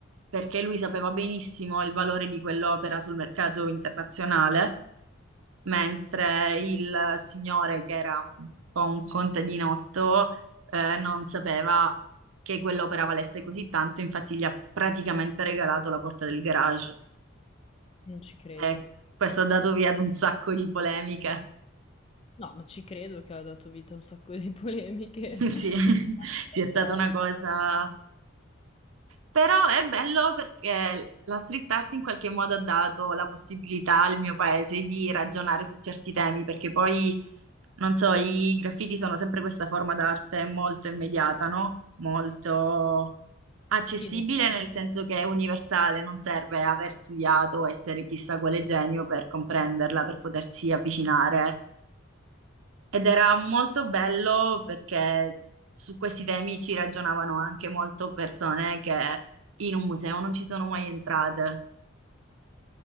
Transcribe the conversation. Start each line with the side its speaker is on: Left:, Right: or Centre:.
Right: perché lui sapeva benissimo il valore di quell'opera sul mercato internazionale, mentre il signore, che era un po' un contadinotto, eh, non sapeva che quell'opera valesse così tanto, infatti gli ha praticamente regalato la porta del garage.
Left: Non ci credo.
Right: Eh, questo ha dato via ad un sacco di polemiche.
Left: No, ma ci credo che ha dato vita a un sacco di polemiche.
Right: <laughs>
Left: <laughs>
Right: Sì,
Left: Ma anche
Right: sì, è stata
Left: reali.
Right: una cosa. Però è bello perché la street art in qualche modo ha dato la possibilità al mio paese di ragionare su certi temi, perché poi, non so, i graffiti sono sempre questa forma d'arte molto immediata, no? Molto accessibile
Left: Sì, d'impatto.
Right: nel senso che è universale, non serve aver studiato o essere chissà quale genio per comprenderla, per potersi avvicinare Ed era molto bello perché su questi temi ci ragionavano anche molto persone che in un museo non ci sono mai entrate.